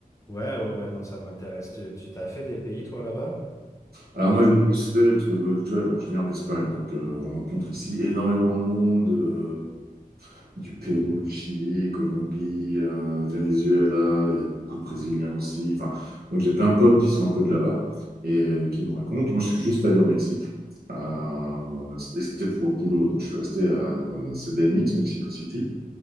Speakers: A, on the left; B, on the right.
A: Ouais, ouais, ouais, non, ça m'intéresse. Tu, tu t'as fait des pays, toi, là-bas?
B: Alors moi, je l'ai juste fait parce que tu vois, bon, je viens en Espagne, donc euh, on rencontre ici énormément de monde. euh, Du Pérou, Chili, Colombie, euh, Venezuela, il y a beaucoup de Brésiliens aussi. Enfin, donc j'ai plein de potes qui sont un peu de là-bas et euh, qui me racontent. Moi, je suis juste allé au Mexique. Euh, c'était c'était pour le boulot, donc je suis resté à euh, CDMX, Mexico City.